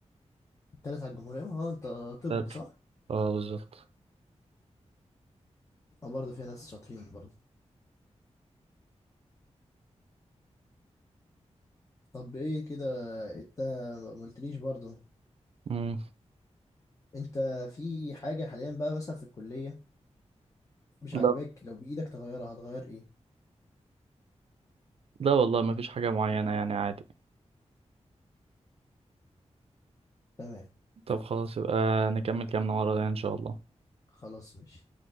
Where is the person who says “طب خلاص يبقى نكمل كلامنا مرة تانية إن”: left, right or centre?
Right